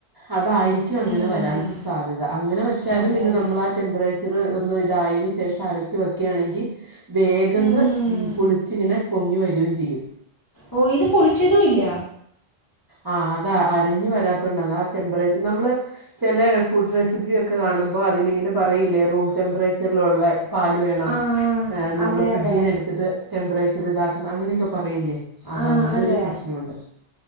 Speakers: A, on the right; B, on the left.
A: അതായിരിക്കും അങ്ങനെ
B: ഉം.
A: വരാൻ സാധ്യത അങ്ങനെ വെച്ചാലും
B: അതെ
A: പിന്നെ
B: അതെ
A: നമ്മളാ ടെമ്പറേച്ചറ് ഒന്ന് ഇതായതിന് ശേഷം അരച്ച് വെക്കാണെങ്കി വേഗന്ന്
B: ഉം.
A: പുളിച്ചിങ്ങനെ പൊങ്ങി വരികയും ചെയ്യും.
B: ഓഹ് ഇത് പുളിച്ചതും ഇല്ല.
A: ആഹ് അതാ അരഞ്ഞു വരാത്തോണ്ട് ആ ടെമ്പറേച്ചർ നമ്മൾ ചില ഫുഡ് റെസിപ്പിയ ഒക്കെ കാണുമ്പോൾ അതിലിങ്ങനെ പറയില്ലേ റൂം ടെമ്പറേ ച്ചറിലുള്ള പാല് വേണം
B: ആ
A: നമ്മൾ
B: അതെ
A: ഫ്രിഡ്ജിൽ
B: അതെ
A: നിന്ന് എടുത്തിട്ട് ടെമ്പറേച്ചർ ഇതാക്കണം അങ്ങനെയൊക്കെ പറയില്ലെ അത
B: ആ
A: അങ്ങനൊരു
B: അതെ
A: പ്രശ്ന ഉണ്ട്.